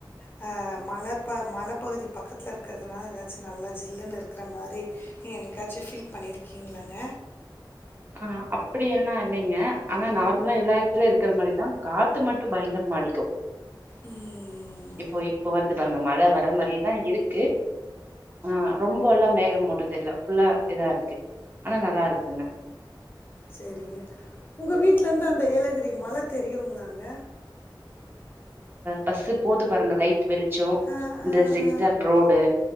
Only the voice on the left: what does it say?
ஹ மலப்ப மலப்பகுதி பக்கத்துல இருக்கிறதுனால ஏதாச்சு நல்லா ஜில்லுன்னு இருக்கிற மாதிரி நீங்க என்னைக்காச்சும் ஃபீல் பண்ணிருக்கீங்களாங்க
ம்,
சரிங்க உங்க வீட்டுல இருந்து அந்த ஏலகிரி மல தெரியுங்களாங்க
ஆ,
ஆ,
ஆ,